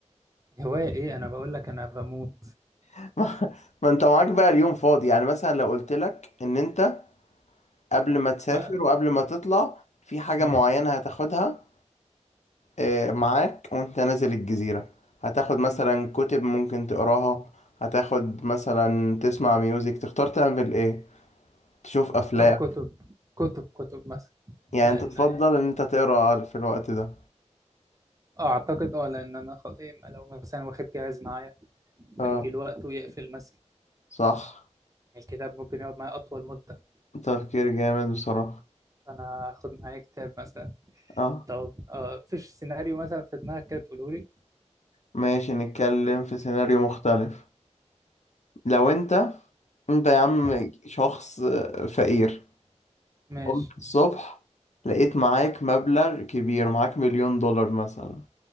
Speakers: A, on the right; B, on the left.
A: هواية ايه انا بقول لك انا بموت
B: <laughs> ما, ما انت معاك بقى اليوم فاضي يعني مثلا لو قلت لك ان انت قبل ما تسافر
A: ما
B: وقبل ما تطلع في حاجة
A: مم.
B: معينة هتاخدها اه، معاك وانت نازل الجزيرة هتاخد مثلا كتب ممكن تقراها هتاخد مثلا تسمع ميوزك تختار تعمل ايه تشوف
A: اختار
B: افلام
A: كتب كتب كتب مثلا
B: يعني
A: لان
B: انت تفضل ان انت تقرا في الوقت ده
A: اه اعتقد اه لان انا خ... إيه لو مثلا واخد جهاز معايا
B: اه
A: فيجي الوقت ويقفل مثلا
B: صح
A: الكتاب ممكن يقعد معايا اطول مدة
B: تفكير جامد بصراحة
A: فانا هاخد معايا كتاب مثلا
B: اه
A: طب آه فيش سيناريو مثلا في دماغك كده تقوله لي
B: ماشي نتكلم في سيناريو مختلف لو انت انت يا عم
A: تمام
B: شخص فقير
A: ماشي
B: قمت الصبح لقيت معاك مبلغ كبير معاك مليون دولار مثلا